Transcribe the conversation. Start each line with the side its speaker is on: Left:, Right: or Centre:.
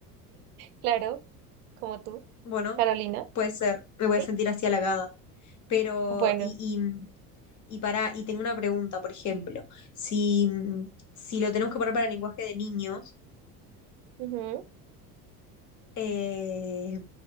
Right: claro, como tú,
Left: bueno,
Right: Carolina.
Left: puede ser, me voy
Right: ¿sí?
Left: a sentir así halagada. Pero,
Right: Bueno,
Left: y, Y para, y tengo una pregunta, por ejemplo, si, mm, si lo tenemos que poner para el lenguaje de niños,
Right: ujú.
Left: eh,